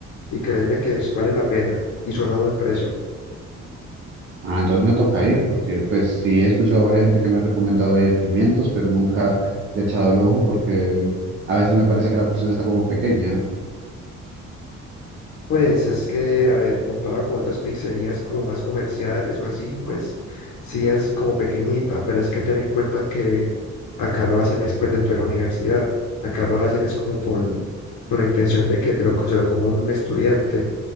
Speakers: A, on the left (about 70°); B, on the right (about 40°).
A: Y créeme que es- valen la pena y son a buen precio.
B: Ah, entonces me toca ir, porque pues sí he escuchado a varias gente que me ha recomendado de pimientos, pero nunca le he echado el ojo porque a veces me parece que la porción está como pequeña.
A: Pues es que, a ver, comparado con otras pizzerías como más comerciales o así, pues sí es como pequeñita, pero es que ten en cuenta que acá lo hacen después dentro de la universidad, acá lo hacen es como con, con la intención de que te lo, co- se lo coma un estudiante,